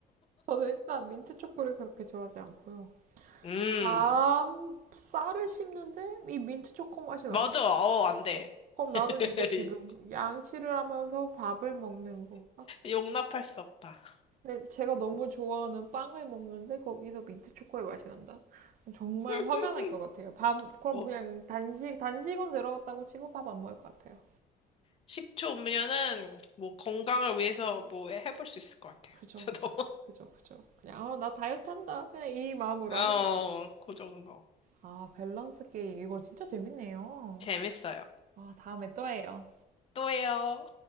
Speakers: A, on the right (about 50°); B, on the left (about 35°).
A: 저는 일단 민트 초코를 그렇게 좋아하지 않고요.
B: 음,
A: 밤 쌀을 씹는데 이 민트 초코 맛이 난다?
B: 맞아. 어, 안 돼.
A: 그럼 나는
B: <laughs>
A: 이게 지금 양치를 하면서 밥을 먹는 건가?
B: 용납할 수 없다.
A: 근데 제가 너무 좋아하는 빵을 먹는데 거기서 민트 초코의 맛이 난다? 정말
B: <laughs>
A: 화가 날 것 같아요. 밥, 그럼
B: 어,
A: 그냥 단식, 단식은 들어갔다고 치고 밥 안 먹을 것 같아요.
B: 식초 음료는 뭐 건강을 위해서 뭐 해볼 수 있을 것 같아요.
A: 그죠?
B: 저도.
A: 그죠, 그죠. 그냥, 어, 나 다이어트 한다. 그냥 이 마음으로
B: <laughs> 어,
A: 하는 거죠.
B: 그 정도.
A: 아, 밸런스 게임. 이거 진짜 재밌네요.
B: 재밌어요.
A: 아, 다음에 또 해요.
B: 또 해요.